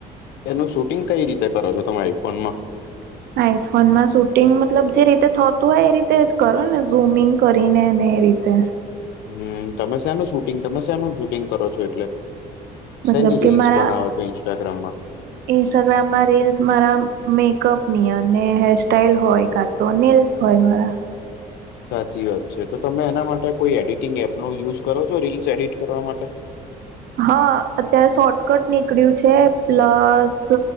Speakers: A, on the left (about 75°); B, on the right (about 70°).
A: એનું શૂટિંગ કઈ રીતે કરો છો તમે આઈફોન માં
B: આઈફોનમાં શૂટિંગ મતલબ જે રીતે થતું હોય એ રીતે જ કરો ને ઝૂમિંગ કરીને ને એ રીતે.
A: હમ તમે શેનું શૂટિંગ તમે શેનું શૂટિંગ કરો છો એટલે.
B: મતલબ
A: શેની રીલ્સ
B: કે મારા
A: બનાવો છો ઇન્સ્ટાગ્રામમાં.
B: ઇન્સ્ટાગ્રામમાં રીલ્સ મારા મેકઅપ ની અને હેરસ્ટાઈલ હોએ એકાદ. ડોનિલ્સ હોય મારા.
A: સાચી વાત છે તો તમે એના માટે કોઈ એડિટિંગ એપનો યુઝ કરો છો રીલસ એડિટ કરવા માટે.
B: હા અત્યારે શોર્ટકટ નીકળ્યું છે પ્લસ